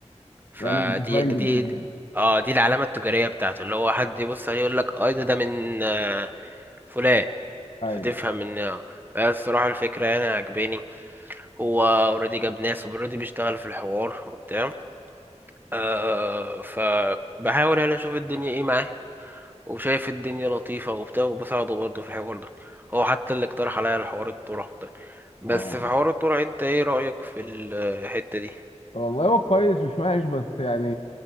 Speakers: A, on the right; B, on the left.
A: فدي
B: يعمل ديزاين
A: دي
B: جديد
A: دي-
B: يعني
A: اه دي العلامة التجارية بتاعته اللي هو حد يبص عليه يقول لك اه ده ده من آه، فلان
B: اي
A: فتفهم ان آه. فالصراحة الفكرة يعني عجباني هو اوريدي جاب ناس اوريدي بيشتغل في الحوار وبتاع آه فبحاول يعني اشوف الدنيا ايه معاه وشايف الدنيا لطيفة وبتاع وبساعده برضه في الحوار ده هو حتى اللي اقترح عليا الحوار الطرح ده بس
B: اه
A: في حوار الطرح انت ايه رأيك في الحتة دي
B: طب والله هو كويس مش وحش بس يعني